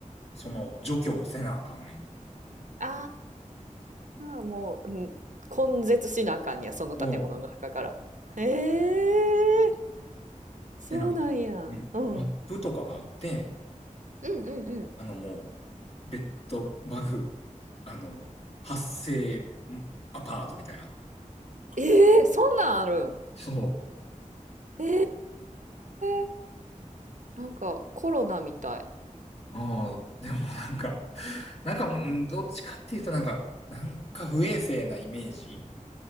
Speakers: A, on the left; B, on the right.
A: その除去せなあかんねん。
B: ああ、もう、うん。根絶しなあかんねや、その建物の中から。
A: そう。
B: へえ、そうなんや。
A: で、なんか、うん。
B: うん。
A: マップとかがあって、
B: うんうんうん。
A: あのもう、ベッドバグ、あの、発生アパートみたいな。
B: ええ、そんなんあるん。
A: そ
B: ええ、なんかコロナみたい。
A: う。ああ、でもなんか、なんか、うんどっちかっていうとなんか、なんか不衛生なイメージ